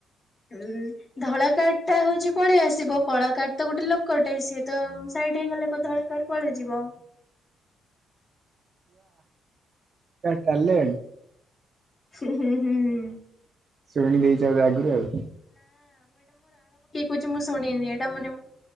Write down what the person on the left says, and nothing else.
ଉୁଁ ଧଳା କଠ ଟା ହଉଛି ପଳେଇ ଆସିବ କଳା କଠ ତ ଗୋଟେ ଲୋକଟେ ସିଏ ତ ଏଇଠିଇ ଗଲେ କଧଳାକାର ପଳେଇଯିବ
ହୁଁ ହୁଁ ହୁଁ ହ।
କୁଛି ମୁଁ ଶୁଣିନି ଏଇଟା ମାନେ